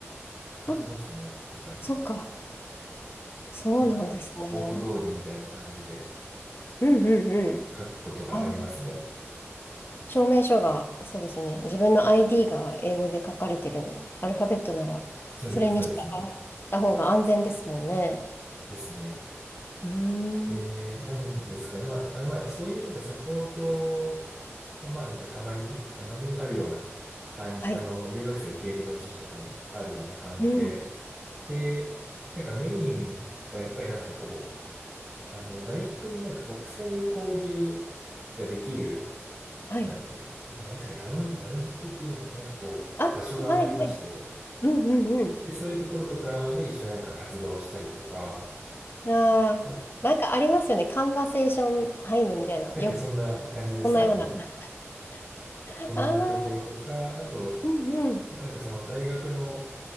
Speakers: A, on the right (about 20°); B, on the left (about 50°).
A: 書きますね、
B: あ、
A: やっぱり。
B: そうか。そうなんですね。
A: なんか、スポート通りみたいな感じで
B: うんうんうん。
A: 書くことがありますね。
B: あー証明書が、そうですね。自分の ID が英語で書かれてるアルファベットなら、
A: そうです、
B: それに従
A: そうですね。
B: った方が安全ですもんね。
A: ですね。
B: うー
A: で、
B: ん。
A: なんですかね。まあ、あまあ、そういうなんかサポートまあなんかたまに、たまにあるような感じ、
B: はい。
A: あの、留学生受け入れの時期とかにあるような感じで、
B: うん。
A: で、なんかメインはやっぱりなんですかね、こう、あの、大学になんか国際交流ができる、
B: はい。
A: なんていうの、なんていうか、ラウンジ、ラウンジって言っていうのかな、なんかこう、
B: ああ、
A: 場所がありまして、
B: はい、はい。うんうんう
A: で、そういうところとかで一緒になんか活動したりとか、
B: ん。ああ、
A: あ、
B: なんかありますよね。カンバセーションタイムみたいな。
A: あなんかそんな感じですね、
B: よ、こんなような。
A: あの、
B: <laughs>
A: そんなところとか、
B: ああ、
A: あと、
B: うんうん。
A: あとなんかその大学の、